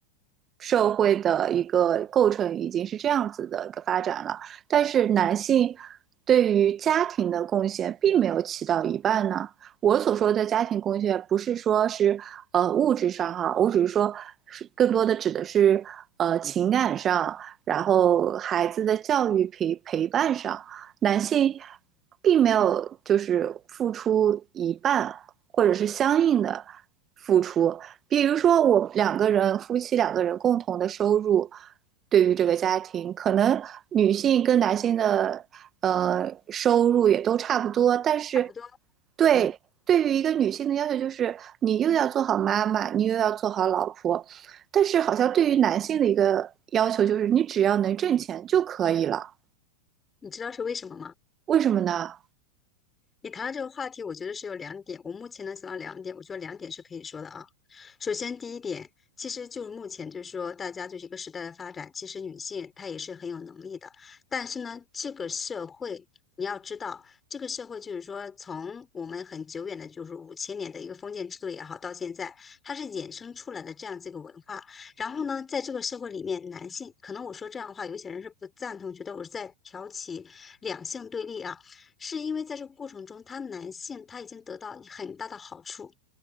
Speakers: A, on the right; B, on the left.
A: 社会的一个构成已经是这样子的一个发展了？但是男性对于家庭的贡献并没有起到一半呢。我所说的家庭贡献，不是说是呃物质上哈，我只是说更多的指的是呃情感上，然后孩子的教育陪陪伴上，男性并没有就是付出一半，或者是相应的付出，比如说我两个人夫妻两个人共同的收入，对于这个家庭，可能女性跟男性的呃收入也都差不多，但是
B: 差不多。
A: 对对于一个女性的要求就是你又要做好妈妈，
B: 嗯，
A: 你又要做好老婆，但是好像对于男性的一个要求就是你只要能挣钱就可以了，
B: 你知道是为什么吗？
A: 为什么呢？
B: 你谈到这个话题，我觉得是有两点。我目前能想到两点，我觉得两点是可以说的啊。首先，第一点，其实就是目前就是说，大家就是一个时代的发展，其实女性她也是很有能力的。但是呢，这个社会你要知道，这个社会就是说，从我们很久远的，就是五千年的一个封建制度也好，到现在，它是衍生出来的这样子一个文化。然后呢，在这个社会里面，男性可能我说这样的话，有些人是不赞同，觉得我是在挑起两性对立啊。是因为在这个过程中，他男性他已经得到很大的好处，